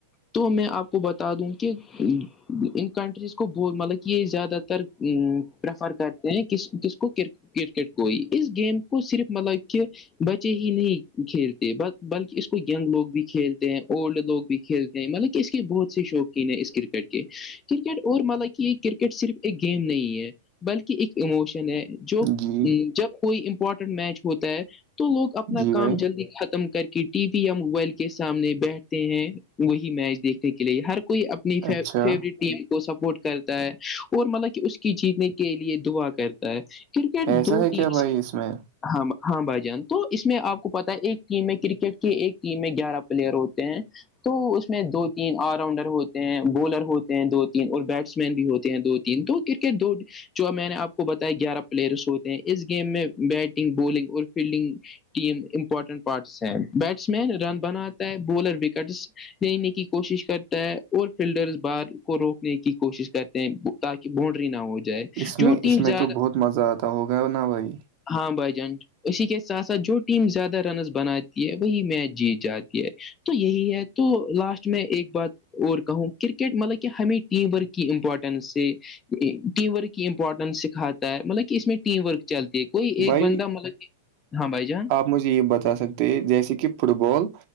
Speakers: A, on the left; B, on the right.
A: تو میں آپ کو بتا دوں کہ ان کنٹریز کو ب مطلب کہ یہ زیادہ پریفر کرتے ہیں کس کس کو کر کرکٹ کوئی اس گیم کو صرف مطلب کہ بچے ہی نہیں کھیلتے بلکہ اس کو ینگ لوگ بھی کھیلتے ہیں اولڈ لوگ بھی کھیلتے ہیں مطلب کہ اس کے بہت سے شوق اس کرکٹ کے کرکٹ اور مالا کی یہ کرکٹ صرف ایک گیم نہیں ہے بلکہ ایک اموشن ہے جو
B: جی
A: جب کوئی امپورٹنٹ میچ ہوتا ہے تو لوگ اپنا
B: جی
A: کام
B: بھائی
A: ختم کر کے ٹی وی یا موبائل کے سامنے بیٹھتے ہیں وہی میچ دیکھنے کے لیے ہر کوئی اپنی ف
B: اچھا
A: فیوریٹ ٹیم سپورٹ کرتا ہے اور مطلب کہ اس کی جیتنے کے لیے دعا کرتا ہے کرکٹ
B: ایسا
A: دو
B: ہے
A: ٹیمس
B: کیا بھائی اس میں
A: ہاں ہاں بھائی جان تو اس میں آپ پتا ہے ایک ٹیم میں کرکٹ کے ایک ٹیم میں گیارہ پلیئر ہوتے ہیں تو اس میں دو تین آل راؤنڈر ہوتے ہیں بولر ہوتے ہیں دو تین اور بیٹس مین بھی ہوتے ہیں دو تین دن تو کرکٹ دو جو اب میں نے آپ کو بتایا گیارہ پلیئرس ہوتے ہیں اس گیم میں بیٹنگ بالنگ اور فیلڈنگ ٹیم امپورٹنٹ پارٹس ہے بیٹس مین رن بناتا ہے بولر وکٹس دنے کی کوشش کرتا ہے اور فلڈرز بار کو روکنے کی کوشش کرتا تاکہ بونڈری نہ ہو جائے
B: اس
A: جو
B: میں
A: ٹیم
B: اس میں
A: زیادہ
B: تو بہت مزہ آتا ہو گیا نا بھائی
A: ہاں بھ جان اسی کے ساتھ ساتھ جھوٹ ٹیم زیادہ رنز بناتی ہے وہی میچ جیت جاتی ہے تو یہی ہے تو لاسٹ میں ایک بات اور کہوں کرکٹ مطلب کہ ہمیں ٹیم ورک کی امپورٹینس سے ٹیم ورک کی امپورٹنس سکھاتے ہے مطلب کہ اس میں ٹیم ورک چلتی ہے کوئی ایک
B: بھائی
A: بندہ مطلب کہ ہاں بھائی جان
B: آپ مجھے یہ بتا سکتے ہیں جیسے کہ فٹ بال